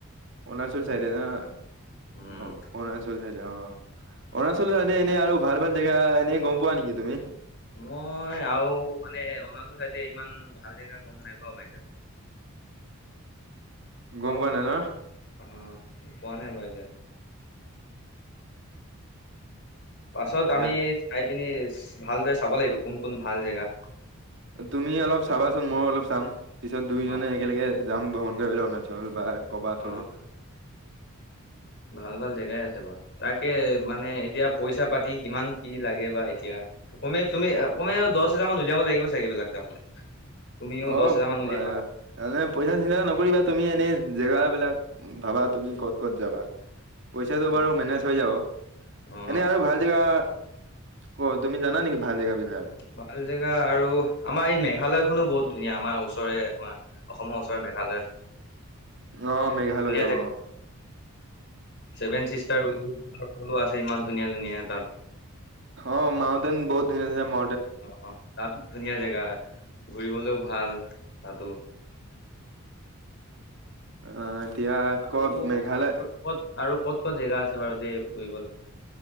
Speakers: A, on the right (about 55°); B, on the left (about 50°).
A: অৰুণাচল চাইদে যাওঁ
B: উম
A: অৰুণাচল চাই। অ অৰুণাচল চাইডে এনেই আৰু ভাল ভাল জেগা এনেই গম পোৱা নেকি তুমি।
B: মই আৰু মানে অৰুণাচল চাইদে ইমান ভাল জেগা গম নাই পোৱা বা এতিয়ালৈকে।
A: গম
B: আৰু
A: পোৱা নাই নহ।
B: অ পোৱা নাই বা এতিয়া- পাছত
A: এতিয়া
B: আমি চাই পিনি ভালদৰে চাব লাগিব কোন কোন ভাল জেগা।
A: তুমি অলপ চাবাচোন ময়ো অলপ চাম পিছত দুয়োজনে
B: অ'
A: একেলগে। যাম ভ্ৰমণ কৰিবলৈ অৰুণাচল হল বা কবাত
B: অ'
A: হ'লো।
B: ভাল ভাল জেগাই আছে বাৰ তাকে মানে এতিয়া পইচা পাতি কিমান কি লাগে বা এতিয়া। কমে তুমি কমে দহ হেজাৰ মান লৈ যাব লাগিব চাগে এইবিলাক যাবলৈ- তুমিও
A: অ
B: দহ হাজাৰ মান উলিয়াবা।
A: এ এনে পইচা চিন্তা নকৰিবা তুমি এনে জেগাবিলাক ভাবা তুমি ক'ত ক'ত যাবা? পইচাটো
B: অ'
A: বাৰু মেনেজ হৈ যাব
B: অ'
A: এনে আৰু ভাল জেগা ক তুমি জানা নেকি ভাল জেগা বি
B: ভাল জেগা আৰু আমাৰ এই মেঘালয়খনো বহুত ধুনীয়া আমাৰ ওচৰে, আমাৰ অসমৰ ওচৰে মেঘালয়।
A: আহ মেঘালয়
B: ধুনীয়া জেগা।
A: আহ।
B: ছেভেন চিষ্টাৰ বুলি ফলো আছে ইমান ধুনীয়া ধুনীয়া তাত।
A: অ মাওদেন বহত ধুনীয়া ধুনীয়া ম।
B: অ তাতো ধুনীয়া জেগা ঘূৰিবলৈও ভাল। তাতো।
A: অ এতিয়া
B: আৰু
A: ক'ত মেঘালয়?
B: ক'ত আৰু ক'ত ক'ত জেগা আছে বাৰু দে ফুৰিব?